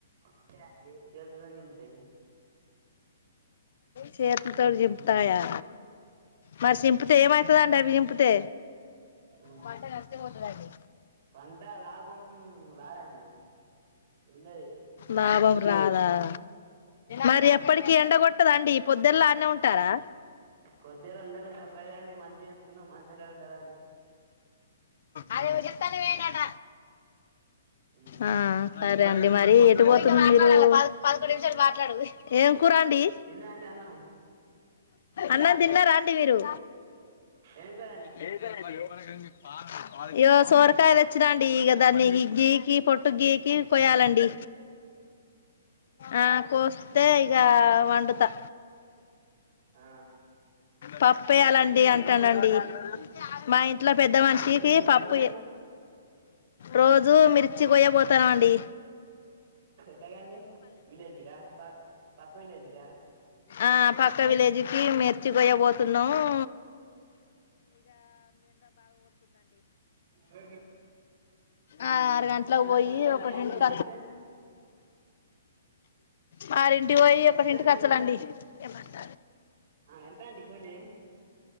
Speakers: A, on the right; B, on the left.
A: అంతే అండి చేతుతోని దింపుతాయి
B: చేతులతోటి
A: ఉమ్
B: చిింపుతాయా మరి చింపితే ఏమైతదండి అవి చిింపితే
A: ఉమ్
B: మంట కాస్తే పోతది అండి
A: పంట లాభం రాదండి ఉండది
B: లాభం రా ఆ
A: ఉమ్
B: మరి ఎప్పటికి ఎండ కొట్టదండి ఈ పొద్దల్లా అన్నే ఉంటారా
A: పొద్దులు ఉండకుం తప్పగాండి మంచి వేసుకున్నాం మంచిగా ఉండాలండి
B: అది నువ్వు చెప్తనే పోయిండంట
A: ఉమ్
B: ఆ సరే అండి మరి ఎటు పోతుంది మీరు పదకొడు నిమిషాలు మాట్లాడు ఏం కూరండి
A: తిన్నరా అండి అన్నం
B: అన్న తిన్నారా అండి మీరు
A: ఏంది
B: <unintelligible> ఇయ్యో సోరకాయ తెచ్చిన అండి ఈగ దాన్ని గీకి పొట్టు గీకి కోయాలండి ఆ కోస్తే ఇగా వండుతా
A: ఆ
B: పప్పేయాలండి
A: మీరు ఏ పనికి పోతారండి
B: అంటానండి
A: రోజు
B: మా ఇంట్లో పెద్ద మనిషికి
A: మీరు రోజు ఏ పనికి
B: పప్పు
A: పోతారండి
B: రోజు మీరు వచ్చి కోయ పోతారా అండి
A: పెద్దగా అండి విలేజిక ప పక్క విలేజిక
B: ఆ పక్క విలేజ్కి మెర్చికోయోకి పోతున్నాం
A: ఊ
B: ఆ ఆరు గంటలకు
A: ఎనా
B: పోయి
A: పండవ
B: ఒకటింటికి
A: త మీ మధ్య
B: వారింటి పోయి ఒకటింటికి
A: అండి
B: వచ్చలండి ఏమంట
A: ఆ ఎంతండి కూలి